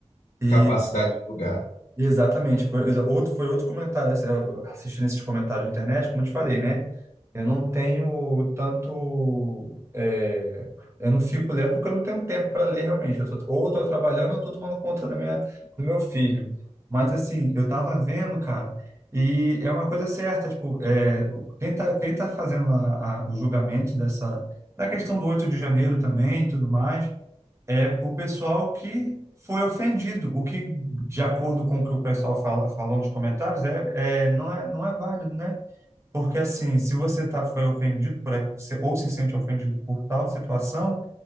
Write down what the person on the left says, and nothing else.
capacidade de julgar.